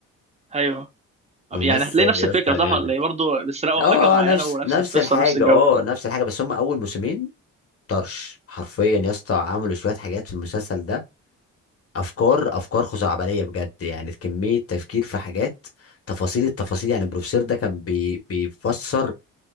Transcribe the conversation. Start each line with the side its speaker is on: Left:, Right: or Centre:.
Right: ايوه طب
Left: ممثل
Right: يعني هتلاقي نفس
Left: يا
Right: الفكره
Left: اسطى
Right: صح
Left: جامد
Right: ولا ايه برضه بيسرقوا
Left: اه
Right: حاجه معينه
Left: اه نفس
Right: ونفس
Left: نفس
Right: القصه
Left: الحاجه
Right: نفس الجو
Left: اه نفس الحاجه بس هم اول موسمين طرش حرفيا يا اسطى عملوا شويه حاجات في المسلسل ده افكار افكار خزعبليه بجد يعني كميه تفكير في حاجات تفاصيل التفاصيل يعني البروفيسور ده كان بي بيفسر